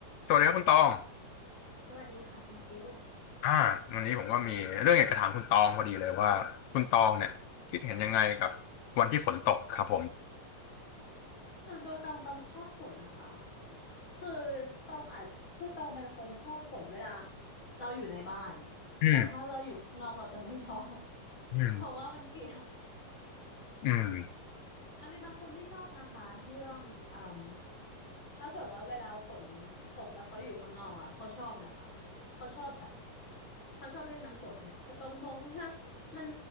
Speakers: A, on the left (about 75°); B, on the left (about 35°).
A: สวัสดีครับคุณตอง
B: สวัสดีค่ะคุณฟิล
A: อ่า วันนี้ผมก็มีเรื่องอยากจะถามคุณตองพอดีเลยว่าคุณตองเนี่ยคิดเห็นยังไงกับวันที่ฝนตกครับผม
B: ส่วนตัวตองตองชอบฝนนะคะคือตองอาจคือตองเป็นคนชอบฝนเวลาเราอยู่ในบ้าน
A: อืม
B: แต่ถ้าเราอยู่ข้างนอกเราจะไม่ชอบ <laughs>
A: อืม
B: เพราะว่ามันเปียก
A: อืม
B: มันมีบางคนที่ชอบนะคะเรื่องอืมถ้าเกิดว่าเวลาฝนตกแล้วเขาอยู่ข้างนอกอะเขาชอบนะคะเขาชอบแบบเขาชอบเล่นน้ำฝนแต่ตองมองว่ามัน